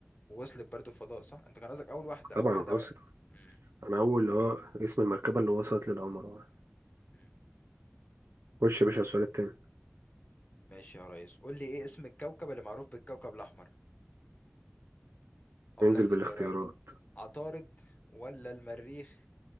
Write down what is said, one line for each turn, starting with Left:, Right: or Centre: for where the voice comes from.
Left: ووصلت برضو الفضاء صح أنت كان قصدك أول واحدة
Right: طبعا
Left: أول واحدة
Right: وصلت
Left: أول... مم.
Right: أنا أول اللي هو اسم المركبة اللي وصلت للقمر آه.
Left: مم.
Right: خش يا باشا على السؤال التاني
Left: ماشي يا ريس قول لي ايه اسم الكوكب اللي معروف بالكوكب الاحمر اقول
Right: ننزل
Left: لك اختيارات
Right: بالاختيارات
Left: عطارد ولا المريخ